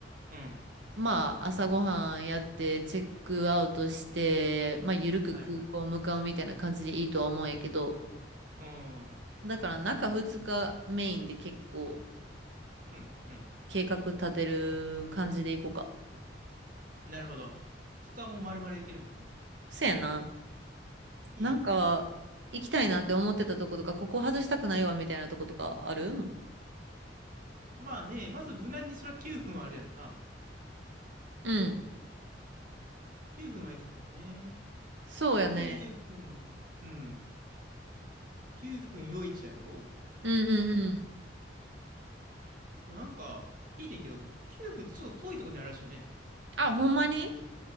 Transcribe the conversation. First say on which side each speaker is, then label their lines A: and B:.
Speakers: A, on the right; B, on the right.
A: うん。
B: まあ、朝ごはんやって、チェックアウトして、まあ、ゆるく空港向かうみたいな感じでいいとは思うんやけど、
A: はいはい。うん。う
B: だから中2日メインで結構
A: ん。うん。
B: 計画立てる感じでいこうか。
A: なるほど。そこはもう丸々いけるもんね。
B: そやな。
A: いいね。
B: なんか、行きたいなって思ってたとことか、
A: うん。
B: ここ外したくないわみたいなとことかある
A: まあね、まず無難にそりゃ9分はあれやんな。
B: うん。
A: 9分は生きたよね。
B: そうやね。
A: 9分、うん。9分いちやろ
B: うんうんうん。
A: あと。でもなんか、聞いてんけど、9分ってちょっと遠いとこにあるらしいね。
B: あ、ほんまに